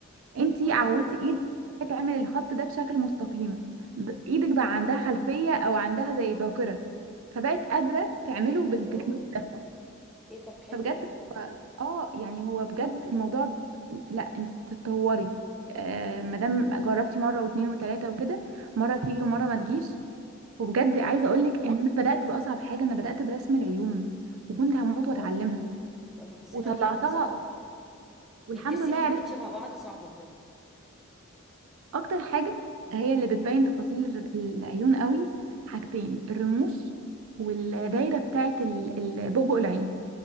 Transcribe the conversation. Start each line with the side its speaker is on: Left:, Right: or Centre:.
Right: انتي
Centre: اه
Right: عودتي
Centre: بالظبط
Right: ايدك تعمل الخط ده بشكل مستقيم ب- ايدك بقى عندها خلفية او عندها زي ذاكرة فبقت قادرة تعمله
Centre: فهمت
Right: بالتكنيك
Centre: اه
Right: ده
Centre: ايه طب حلو
Right: فبجد
Centre: ده
Right: هو- اه يعني هو بجد الموضوع ب- لا انتي بتتطوري آه مادام جربتي مرة واتنين وتلاتة وكده مرة تيجي ومرة ما تجيش وبجد عايزة
Centre: اه
Right: اقولك ان انا بدأت بأصعب حاجة انا بدأت برسم العيون وكنت هموت
Centre: اه
Right: واتعلمها
Centre: بتبقى بتبقى تفاصيلها
Right: وطلعتها
Centre: فعلا صعبه قوي
Right: والحمد
Centre: ان انت ترسمي
Right: لله
Centre: الاتنين شبه بعض صعبه بجد
Right: اكتر حاجه هي اللي بتبين تفاصيل الر- العيون قوي حاجتين الرموش والدايره بتاعه ال- ال- بؤبؤ العين